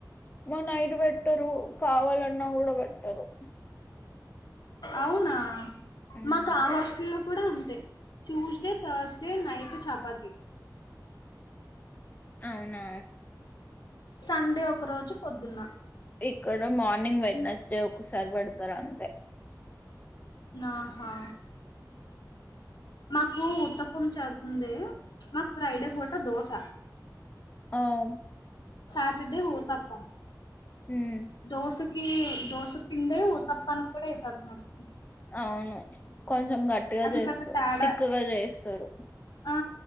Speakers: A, on the left; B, on the left.
A: అమ్మొ నైటు బెట్టరు కావాలన్నా గుడా బెట్టరు
B: అవునా
A: మ్మ్
B: మాకు ఆ హాస్టల్లో కూడా అంతే ట్యూస్డే థర్స్డే నైటు చపాతి
A: అవునా
B: సండే ఒక రోజు పొద్దున
A: ఇక్కడ మార్నింగ్ వెగ్నస్డే ఒకసారి బెడతారు అంతే
B: నాహా మాకు ఉత్తపం చదుతుందే మాకు ఫ్రైడే పూట దోశ
A: ఆమ్
B: సాటర్డే ఊతప్పం
A: ఉమ్
B: దోషకి దోసప్ పిండే ఊతప్పానుక్కుడా ఏసేత్తన్నారు
A: అవును కొంచం గట్టిగా
B: అసలు
A: జేస్తారు
B: పెద్ద తేడా
A: తిక్కుగ జేస్తారు
B: ఆ